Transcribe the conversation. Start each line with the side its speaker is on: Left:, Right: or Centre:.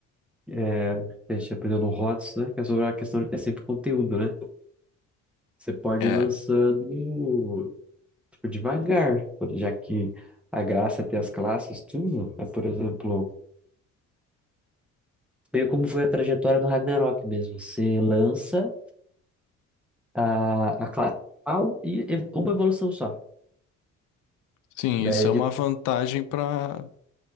Centre: é, que a gente aprendeu no HOTS, né? Que é sobre a questão, é sempre conteúdo, né? Você pode
Left: É.
Centre: ir lançando, tipo, devagar, já que a graça é ter as classes, tudo. É, por exemplo, meio como foi a trajetória do Ragnarok mesmo. Você lança a, a classe principal e ev- uma evolução só.
Left: Sim,
Centre: Daí
Left: isso
Centre: de...
Left: é uma vantagem pra,